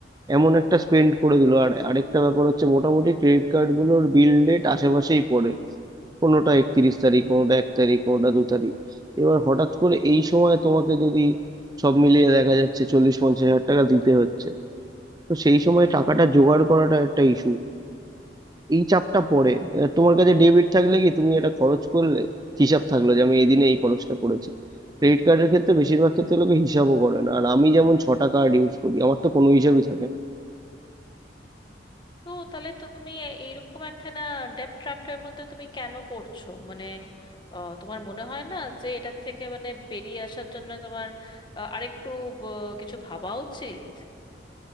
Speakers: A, on the right; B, on the left.
A: এমন একটা স্পেন্ড করে দিল আর আরেকটা ব্যাপার হচ্ছে মোটামুটি ক্রেডিট কার্ডগুলোর বিল ডেট আশেপাশেই পড়ে কোনোটা একত্রিশ তারিখ কোনোটা এক তারিখ কোনোটা দু তারিখ এবার হঠাৎ করে এই সময় তোমাকে যদি সব মিলিয়ে দেখা যাচ্ছে চল্লিশ পঞ্চাশ হাজার টাকা দিতে হচ্ছে তো সেই সময় টাকাটা জোগাড় করাটা একটা ইস্যু এই চাপটা পড়ে
B: হুম
A: আহ, তোমার কাছে ডেবিট থাকলে কি তুমি এটা খরচ করলে হিসাব থাকলো যে আমি এই দিনে এই খরচটা করেছি ক্রেডিট কার্ডের ক্ষেত্রে বেশিরভাগ ক্ষেত্রে লোকে হিসাবও করে না আর আমি যেমন ছটা কার্ড ইউজ করি আমার তো কোনো হিসাবই থাকে না
B: ও তাহলে তুমি এ- এইরকম একখানা ডেপ ট্র্যাপের মধ্যে তুমি কেন পড়ছো মানে আহ, তোমার মনে হয় না যে এটার থেকে মানে বেরিয়ে আসার জন্য তোমার আহ, আরেকটু ব- কিছু ভাবা উচিত